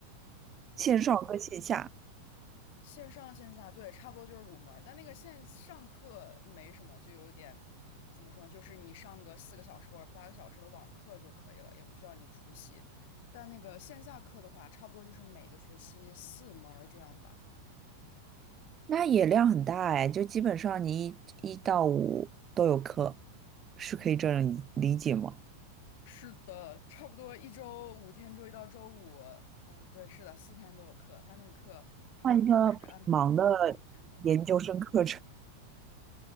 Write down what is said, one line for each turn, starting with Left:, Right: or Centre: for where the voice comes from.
Right: 线上和线下，
Left: 线上线下，对，差不多就是五门儿但那个线上课没什么，就有点怎么说呢？就是你上个四个小时或者八个小时的网课就可以了，也不需要你出席。但那个线下课的话，差不多就是每个学期四门儿这样吧。
Right: 那也量很大哎，就基本上你一一到五都有课，是可以这样理解吗？
Left: 是的，差不多一周五天，周一到周五，嗯，对，是的，四天都有课。他那个课还不是安排在同一天的。
Right: 换一个挺忙的研究生课程，